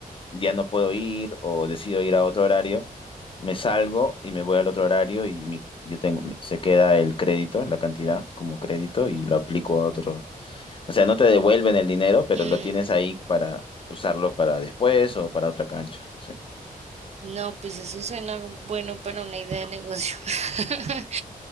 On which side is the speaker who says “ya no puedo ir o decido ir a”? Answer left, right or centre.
Left